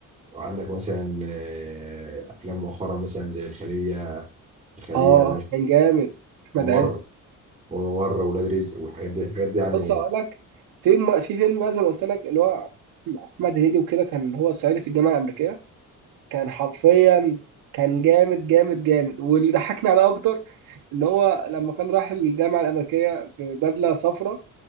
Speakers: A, on the right; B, on the right.
A: وعندك مثلا آه، افلام مؤخرا مثلا زي الخليه الخليه
B: اه
A: يا باشا
B: كان جامد احمد
A: ممر
B: عز
A: وممر ولاد رزق والحاجات دي الحاجات دي يعني
B: بص اقول لك في م- في فيلم بقى زي ما قلت لك اللي هو احمد هنيدي وكده كان هو صعيدي في الجامعه الامريكيه كان حرفيا كان جامد جامد جامد واللي ضحكني عليه اكتر ان هو لما كان راح الجامعه الامريكيه ببدله صفراء